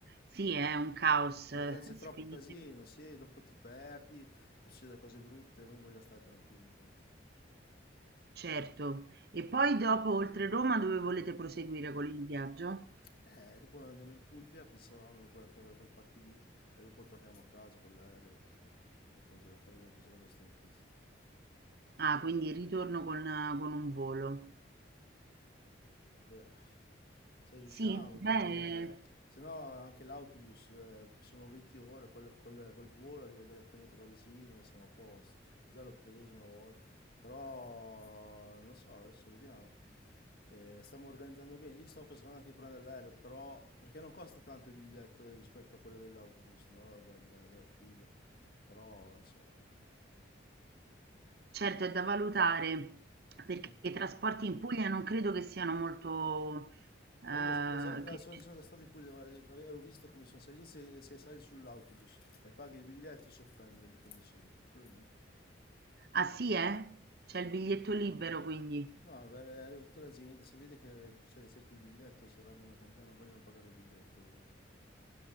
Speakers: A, on the right; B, on the left.
A: Sì, è un caos,
B: Perché
A: eh,
B: c'è
A: sì,
B: troppo
A: quindi
B: casino, sì, dopo ti perdi, succedono cose brutte, noi vogliamo stare tranquilli, sì.
A: certo. E poi dopo, oltre Roma, dove volete proseguire con il viaggio?
B: Eh, dopo andiamo in Puglia, pensavamo di portare da quelle parti lì e dopo torniamo a casa con l'aereo perché dopo non ce la faremo più, saremo stanchissimi. sì.
A: Ah, quindi il ritorno con, con un volo.
B: Se, se riusciamo,
A: Sì, beh,
B: perché se no anche l'autobus eh, sono 20 ore, col, col- col volo arriva direttamente qua vicino e siamo a posto. Già l'ho preso una volta, però non so, adesso vediamo. Eh, stiamo organizzando bene. Io stavo pensando anche di prendere l'aereo, però perché non costa tanto il biglietto rispetto a quello dell'autobus, no? Da- da- dalla Puglia. Però non so, eh,
A: certo è da valutare perché
B: non-
A: i trasporti in Puglia non credo che siano molto, eh,
B: Ma Io lo- lo sa- no,
A: che
B: sono, sono già stato in Puglia, guarda, guarda, ho visto come sono. Se lì se, se sali sull'autobus e paghi il biglietto si offende il conducente, te lo dico.
A: Ah sì, eh? C'è il biglietto libero quindi.
B: No, beh, arriva tutta la gente, se vede che tu ce- cerchi il biglietto si arrabbiano con te, non vogliono pagare il biglietto loro.